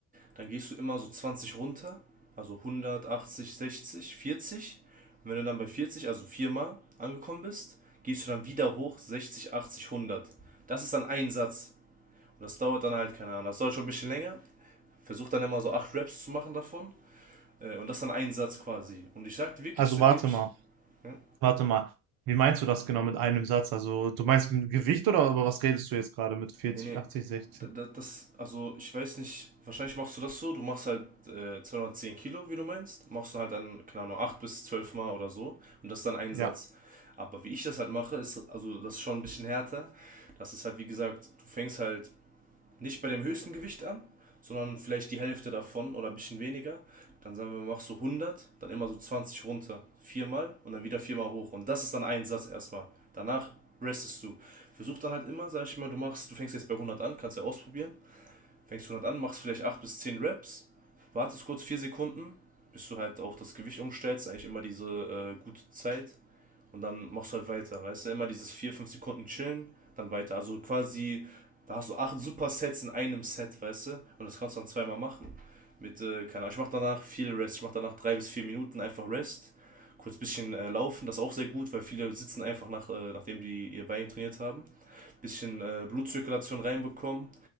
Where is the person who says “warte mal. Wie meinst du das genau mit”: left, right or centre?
Right